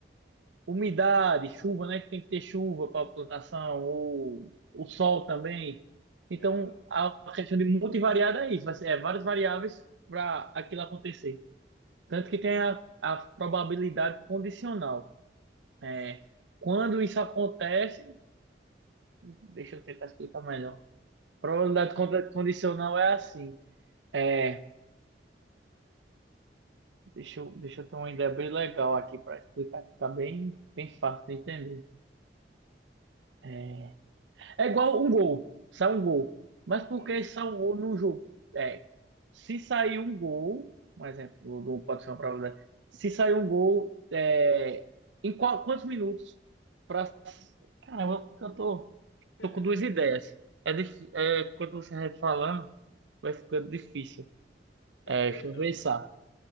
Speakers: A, on the right (about 85°); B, on the left (about 85°).
A: umidade, chuva, né? Que tem que ter chuva para a plantação, ou o sol também. Então,
B: aham,
A: a questão de multivariada é isso, vai ser é, várias variáveis para aquilo acontecer. Tanto que tem a, a probabilidade condicional. É, quando isso acontece, deixa eu tentar explicar melhor. Probabilidade
B: aham,
A: contra- condicional é assim. É, deixa eu, deixa eu ter uma ideia bem legal aqui para explicar, ficar bem, bem fácil de entender. É, É igual um gol. Sai um gol. Mas por
B: uhum.
A: que sai um gol num jogo? É, se sair um gol, um exemplo, não pode ser uma probabilidade. Se sair um gol, é, em qual- quantos minutos? Para Caramba, porque eu tô,
B: <laughs>
A: tô com duas ideias. É, dif- é, quando você vai falando, vai ficando difícil. É,
B: Perdão.
A: deixa eu pensar.